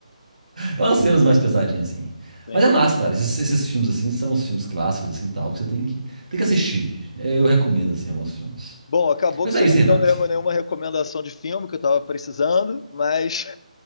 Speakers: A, on the right (about 75°); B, on the left (about 45°).
A: É umas cenas mais pesadinhas, assim.
B: sim.
A: Mas é massa, cara. Esses, esses filmes, assim, são os filmes clássicos, assim, tal, que você tem que, tem que assistir. É, Eu recomendo, assim, alguns filmes.
B: Bom, acabou
A: Mas
B: que
A: é
B: você
A: isso,
B: não
A: Renato.
B: me deu nenhuma nenhuma recomendação de filme que eu tava precisando, mas. <laughs>